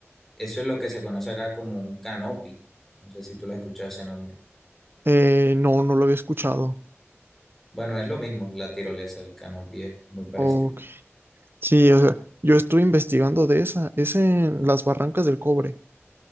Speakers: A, in the centre; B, on the right (about 50°).
A: eso es lo que se conoce acá como un canopy. No sé si tú lo has escuchado ese nombre.
B: eh, no, no lo había escuchado.
A: Bueno, es lo mismo, la tirolesa, el canopy es muy parecido.
B: Ok. Sí, o sea, yo estuve investigando de esa. Es en las Barrancas del Cobre.